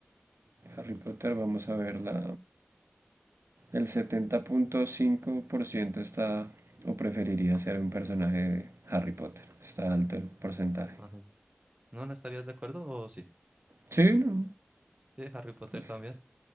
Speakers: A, on the right; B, on the right.
A: Harry Potter, vamos a ver, la, el setenta punto cinco por ciento está o preferiría ser un personaje de Harry Potter. Está alto el porcentaje.
B: imagínate. ¿No, no estarías de acuerdo o sí?
A: Sí, no,
B: Sí, Harry Potter
A: pues
B: también.